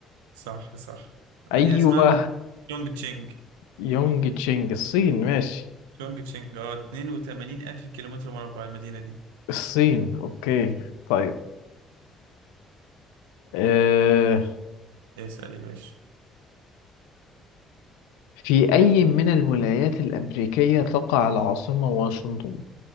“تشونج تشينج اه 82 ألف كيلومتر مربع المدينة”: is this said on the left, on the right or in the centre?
Right